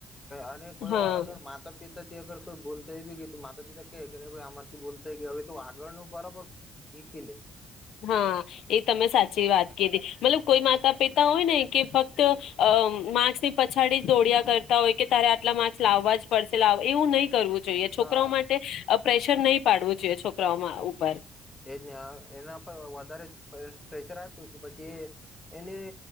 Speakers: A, on the left; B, on the left.
A: અને કોઈ
B: હા
A: વાર અગર માતા પિ થી અગર કોઈ ભૂલ થઈ બી ગઈ તો માતા પિતા કે કે નાઈ અમારથી ભલ થઈ ગઈ હવે તું આગળ ન બરાબર હીકી લે.
B: હા એ તમે સાચી વાત કીધી મતલબ કોઈ માતા પિતા હોય ને કે ફક્ત અ માર્ક્સની પછાડી જ દોડિયા કરતા હોય કે તારે આટલા માર્ક્સ લાવવા જ પડશે લાવવા એવું નહી કરવું જોઈએ. છોકરાઓ
A: હા
B: માટે પ્રેશર નહીં પાડવું. જોઈએ છોકરાઓમાં ઉપર.
A: એજ ને એના પર વધારે પ્રેશર આપ્યું કે પછી એની